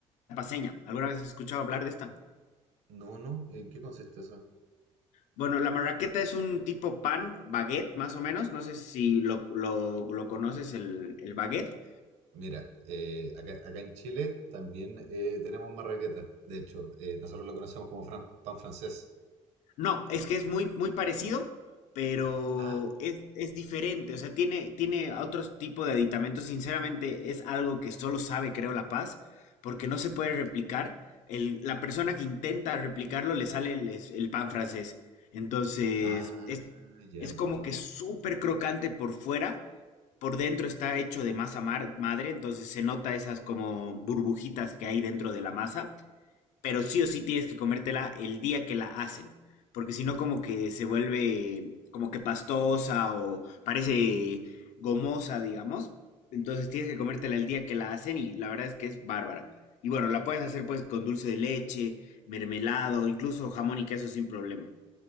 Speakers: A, on the left (about 85°); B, on the right (about 65°).
A: paseña. ¿Alguna vez has escuchado hablar de esta?
B: No, no, ¿en qué consiste eso?
A: Bueno, la marraqueta es un tipo pan, baguette, más o menos. No sé si lo, lo- lo conoces, el, el baguette.
B: Mira, eh, acá, acá en Chile también eh, tenemos marraqueta. De hecho, eh, nosotros lo conocemos como fran- pan francés.
A: No, es que es muy, muy parecido, pero
B: Ah,
A: es, es diferente. O sea, tiene, tiene otro tipo de aditamentos. Sinceramente, es algo que solo sabe, creo, La Paz, porque no se puede replicar. El- la persona que intenta replicarlo le sale el, es- el pan francés. Entonces,
B: ah,
A: es,
B: ya,
A: es
B: perfecto.
A: como que súper crocante por fuera. Por dentro está hecho de masa mar- madre, entonces se nota esas como burbujitas que hay dentro de la masa pero sí o sí tienes que comértela el día que la hacen, porque si no como que se vuelve como que pastosa o parece gomosa, digamos. Entonces tienes que comértela el día que la hacen y la verdad es que es bárbara. Y bueno, la puedes hacer pues con dulce de leche, mermelado, incluso jamón y queso sin problema.